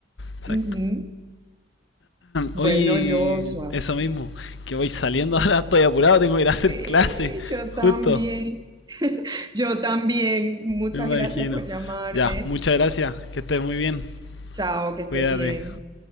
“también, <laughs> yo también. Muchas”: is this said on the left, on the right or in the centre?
Right